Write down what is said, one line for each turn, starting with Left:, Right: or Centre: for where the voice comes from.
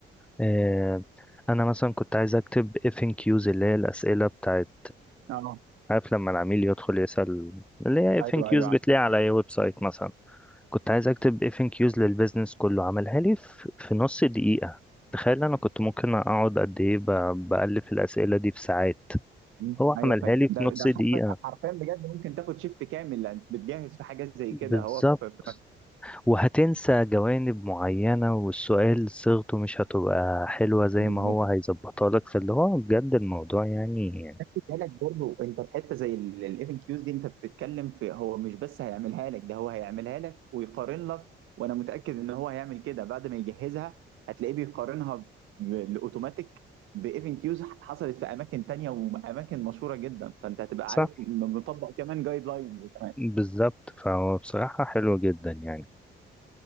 Centre: آه، انا مثلا كنت عايز اكتب اف ان كيوز اللي هي الاسئله بتاعت
Right: اه
Centre: عارف لما العميل يدخل يسأل اللي هي اف
Right: ايوه
Centre: ان كيوز
Right: ايوه
Centre: بتلاقي على اي ويب سايت مثلا كنت عايز اكتب اف ان كيوز للبيزنس كله عملها لي في في نص دقيقة تخيل انا كنت ممكن اقعد قد ايه ب- بألف الأسئلة دي في ساعات
Right: مم.
Centre: هو
Right: ايوه
Centre: عملها
Right: فاهم
Centre: لي
Right: ده
Centre: في نص
Right: ده
Centre: دقيقة
Right: حرفيا حرفيا بجد ممكن تاخد شيفت كامل لان بتجهز في حاجات زي
Centre: بالظبط
Right: كده هو في في
Centre: وهتنسى جوانب معينة والسؤال صيغته مش هتبقى حلوة زي
Right: بالظبط
Centre: ما هو هيظبطها لك فاللي هو بجد الموضوع يعني
Right: خلي بالك برضو انت في حته زي الاف ان كيوز دي انت بتتكلم في هو مش بس هيعملها لك ده هو هيعملها لك ويقارن لك وانا متاكد ان هو هيعمل كده بعد ما يجهزها هتلاقيه بيقارنها بالاوتوماتيك باف ان كيوز حصلت في اماكن تانية واماكن مشهوره جدا فانت هتبقى
Centre: صح
Right: عارف م- مطبق كمان جايد لاينز كمان
Centre: بالظبط فهو بصراحة حلو جدا يعني